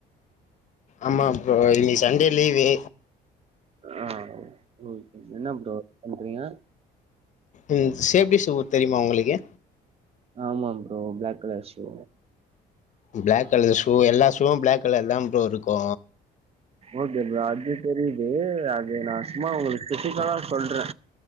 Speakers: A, on the left; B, on the right.
A: ஆமா ப்ரோ இன்னிக்கு சண்டே லீவு
B: ஆ ஓகே என்ன ப்ரோ பண்றீங்க
A: ம் சேஃப்டி ஷூ தெரியுமா உங்களுக்கு
B: ஆமா bro black colour shoe
A: black colour shoe எல்லா ஷூவு ப்ளாக் கலர்தா ப்ரோ இருக்கு
B: ஓகே ப்ரோ அது தெரிது அது நா சும்மா உங்களுக்கு <unintelligible> தா சொல்றே